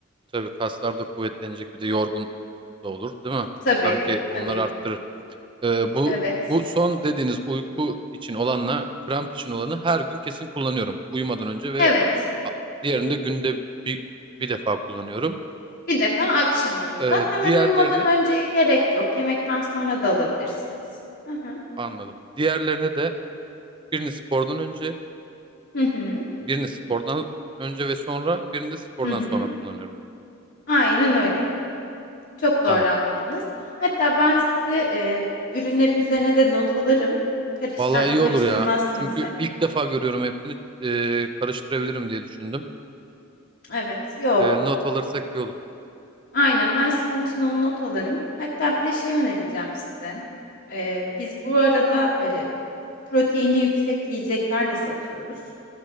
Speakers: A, on the right; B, on the left.
A: Tabii kaslar da kuvvetlenecek bir de yorgun da olur, değil mi?
B: Tabii,
A: Sanki
B: tabii.
A: onlar arttırır. Ee, bu
B: Evet.
A: bu son dediğiniz uyku için olanla kramp için olanı her gün kesin kullanıyorum. Uyumadan önce ve
B: Evet.
A: a- diğerini de günde bir, bir defa kullanıyorum.
B: Bir defa akşam onu
A: Ee,
B: da hemen
A: diğerlerini
B: uyumadan önceye gerek yok. Yemekten sonra da alabilirsiniz. Hı hı.
A: anladım. Diğerlerini de birini spordan önce,
B: Hı hı.
A: birini spordan önce ve sonra, birini de spordan
B: Hı hı.
A: sonra kullanıyorum.
B: Aynen öyle. Çok doğru
A: Tamam.
B: anladınız. Hatta ben size e, ürünlerin üzerine de not alırım. Karıştır,
A: Vallahi iyi
B: karıştırmazsınız
A: olur ya. Çünkü
B: hem.
A: ilk defa görüyorum hepsini e, karıştırabilirim diye düşündüm.
B: Evet, yok.
A: E, not alırsak iyi olur.
B: Aynen ben sizin için onu not alırım. Hatta bir de şey önereceğim size. Ee, biz bu arada e, proteini yüksek yiyecekler de satıyoruz.